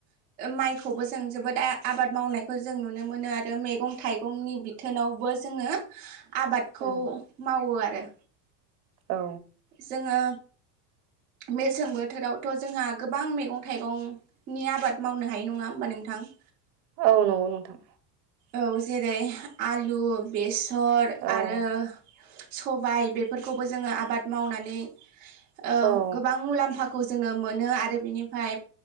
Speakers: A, on the right; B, on the right.
A: माइखौबो जों जोबोद आ-आबाद मावनायखौ जों नुनो मोन नो आरो मैगं थाइगंनि बिथोनावबो जोङो आबादखौ
B: औ
A: मावो आरो
B: औ।
A: जोङो मेसें बोथोरावथ' जोंहा गोबां मैगं थाइगंनि आबाद मावनो हायो नङा होमबा नोंथा थां।
B: औ नंगौ नोंथां।
A: औ जेरै आलु बेसर
B: औ
A: आरो सबाय बेफोरखौबो जोङो आबाद मावनानै ओ
B: औ
A: गोबां मुलाम्फा खौ जोङो मोनो आरो बिनिफाय